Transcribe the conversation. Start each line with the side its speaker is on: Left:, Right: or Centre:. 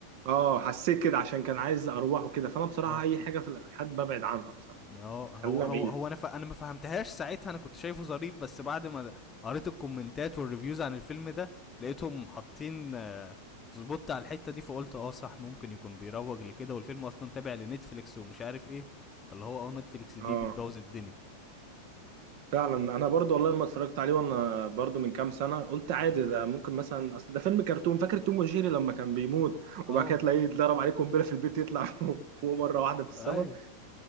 Right: اه حسيت كده عشان كان عايز ارواح وكده فانا بصراحه
Left: اه
Right: اي حاجه في الالحاد ببعد عنها بصراحه
Left: هو هو
Right: خلينا
Left: هو,
Right: بعيد
Left: هو انا ف... انا ما فهمتهاش ساعتها انا كنت شايفه ظريف بس بعد ما قريت الكومنتات والريفيوز عن الفيلم ده لقيتهم حاطين آه، سبوت على الحته دي فقلت اه صح ممكن يكون بيروج لكده والفيلم اصلا تابع لنتفليكس ومش عارف ايه فاللي هو اه نتفليكس دي
Right: اه
Left: بتبوظ الدنيا
Right: فعلا انا برضو والله لما اتفرجت عليه وانا برضو من كام سنه قلت عادي ده ممكن مثلا اصل ده فيلم كرتون فاكر توم وجيري لما كان بيموت
Left: اه
Right: وبعد كده تلاقيه اتضرب عليه قنبله في البيت يطلع <laughs> فوق فوق مره واحده في السماء
Left: ايوه